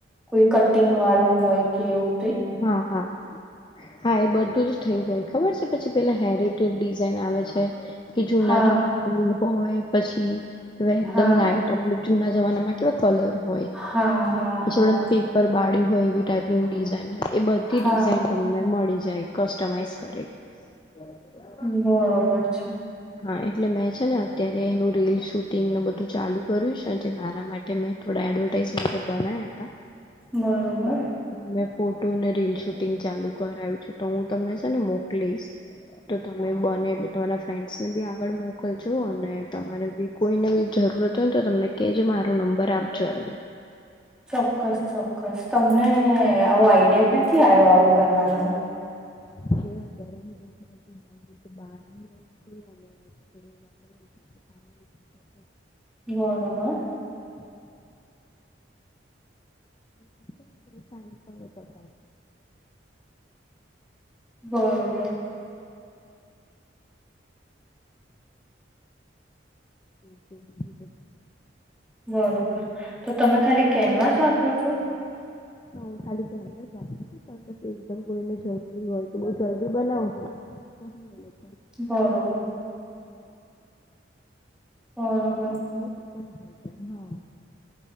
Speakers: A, in the centre; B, on the left (about 25°).
A: કોઈ કટિંગ વાળું હોય કેવું
B: હા-હા હા, એ બધું જ થઇ જાય, ખબર છે પછી પેલા હેરિટેજ ડિઝાઇન આવે છે. કે જૂના-જૂના
A: હા
B: ફૂલ હોય, પછી એવા એકદમ
A: હા
B: લાઈટ આપડે જૂના જમાનામાં કેવા કલર હોય,
A: હા હા
B: પછી
A: હા
B: આપડે પી પર પાડી હોય એવી ટાઈપનું ડિઝાઇન હોય, એ બધી
A: હા
B: ડિઝાઇન તમને મળી જાય, કસ્ટમાઈઝ કરેલી <inaudible>
A: બરોબર છે.
B: હા, એટલે મેં છે ને અત્યારે એનું રીલ શૂટિંગ ને બધું ચાલુ કર્યું છે, જે મારા માટે મેં થોડા એડવરટાઈઝ માટે બનાયા તા
A: બરોબર
B: મેં ફોટો ને રીલ શૂટિંગ ચાલુ કરાયું છે, તો હું તમને છે ને મોકલીશ તો તમે બને એટલુ તમારા ફ્રેન્ડ્ સ ને બી આગળ મોકલજો અને તમારે બી કોઈને બી જરૂરત હોય ને તો તમને કેજો મારો નંબર આપજો એમને
A: ચોક્કસ-ચોક્કસ, તમને.. આવો આઈડિયા ક્યાંથી આયો આવું કરવાનો?
B: હું અત્યારે <unintelligible> બાર છું અને નીકળું એટલે <inaudible>
A: બરોબર
B: <unintelligible>
A: બરોબર
B: બીજું બધું
A: બરોબર તો તમે ખાલી કેનવા જ વાપરો છો?
B: હા હું ખાલી કેનવા જ વાપરુ છું. પણ પછી એકદમ કોઈને જરૂરી હોય તો બહુ જલ્દી બનાવ હોય તો હું એ લોકો
A: બરોબર બરોબર
B: ઈ પણ થઈ જાય. હા